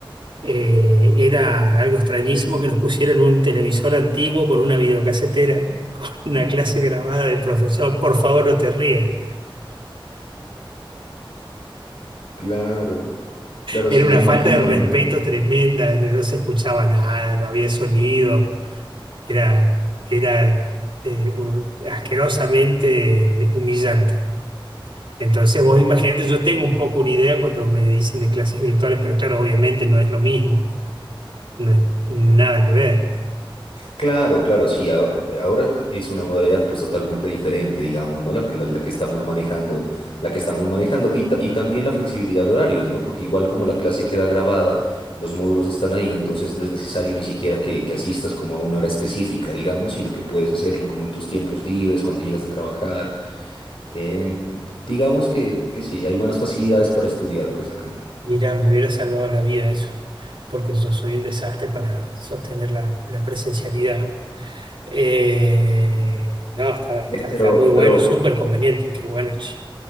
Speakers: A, on the right; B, on the left.
A: eh, era algo extrañísimo que nos pusieran un televisor antiguo con una videocasetera, <laughs> con una clase grabada del profesor. Por favor, no te rías.
B: Claro, claro,
A: Era
B: sí
A: una
B: me imagino.
A: falta de respeto
B: eh.
A: tremenda, no se escuchaba nada, no había sonido. Era, era eh, un- asquerosamente humillante. Entonces vos imaginate, yo tengo un poco una idea cuando me dicen de clases virtuales, pero claro, obviamente no es lo mismo, no es nada que ver.
B: Claro, claro, sí. a- Ahora es una modalidad pues totalmente diferente, digamos, ¿no? La, que la- la que estamos manejando, la que estamos manejando y, ta- y también la flexibilidad de horarios, ¿no? Porque igual como la clase queda grabada, los módulos están ahí, entonces no es necesario ni siquiera que, que asistas como a una hora específica, digamos, sino que puedes hacerlo como en tus tiempos libres, cuando llegas de trabajar. Eh, digamos que, que sí, hay buenas facilidades para estudiar pues acá.
A: Mira, me hubiera salvado la vida eso, porque yo soy un desastre para sostener la, la presencialidad. Eh, no, está, está- está
B: Pero,
A: muy bueno,
B: pero
A: súper conveniente, qué bueno, che.